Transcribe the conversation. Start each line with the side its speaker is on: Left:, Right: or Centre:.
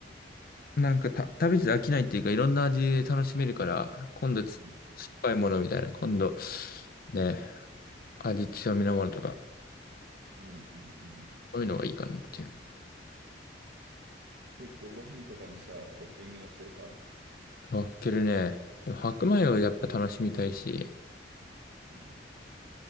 Left: なんかた、食べてて飽きないっていうか、いろんな味楽しめるから、今度つ酸っぱいものみたいな、
Right: うん
Left: 今度、ね、味強めのものとか、
Right: うんうんうんうん
Left: そういうのがいいかなっていう。
Right: 結構ご飯とかにさ、トッピングのせる派
Left: 分けるね。でも白米をやっぱ楽しみたいし、
Right: うん。